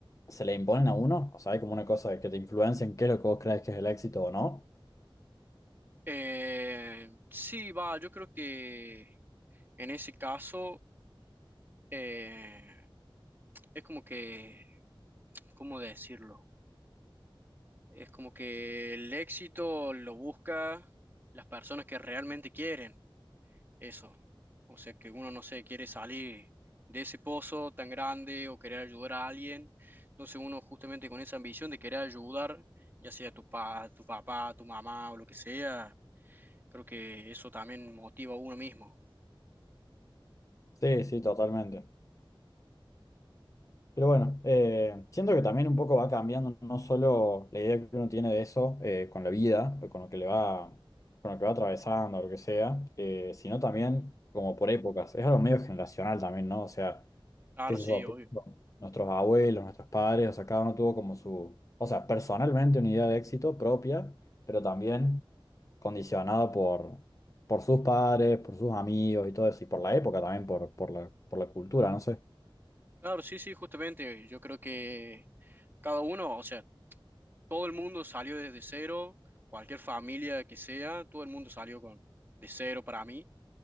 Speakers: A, on the left (about 35°); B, on the right (about 25°).
A: se le imponen a uno? O sea, hay como una cosa de que te influencia en qué es lo que vos crees que es el éxito o no.
B: Eh, sí, va, yo creo que en ese caso eh, es como que, ¿cómo decirlo? Es como que el éxito lo busca las personas que realmente quieren eso. O sea, que uno no sé, quiere salir de ese pozo tan grande o querer ayudar a alguien. Entonces uno justamente con esa ambición de querer ayudar, ya sea tu pa, tu papá, tu mamá o lo que sea, creo que eso también motiva a uno mismo.
A: Sí, sí, totalmente. Pero bueno, eh, siento que también un poco va cambiando no solo la idea que uno tiene de eso eh, con la vida, o con lo que le va, con lo que va atravesando, o lo que sea, eh, sino también como por épocas. Es algo medio generacional también, ¿no? O sea.
B: Claro,
A: que se
B: sí,
A: eso?
B: obvio.
A: pienso, Nuestros abuelos, nuestros padres, o sea, cada uno tuvo como su, o sea, personalmente una idea de éxito propia, pero también condicionada por, por sus padres, por sus amigos y todo eso, y por la época también, por, por la, por la cultura, no sé.
B: Claro, sí, sí, justamente. Yo creo que cada uno, o sea, todo el mundo salió desde cero, cualquier familia que sea, todo el mundo salió con de cero para mí.